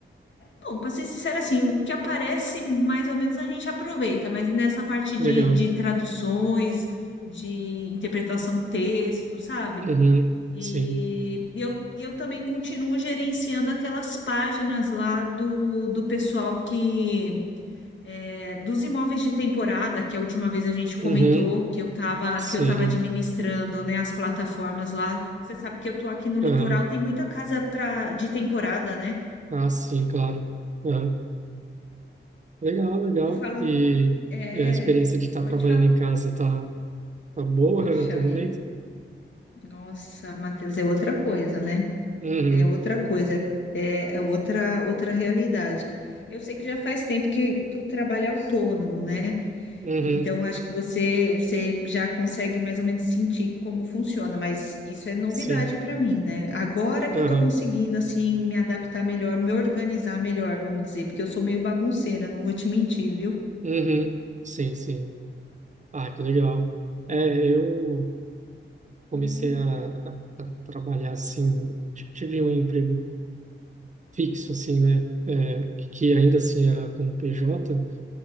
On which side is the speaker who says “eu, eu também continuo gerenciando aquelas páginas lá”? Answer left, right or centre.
Left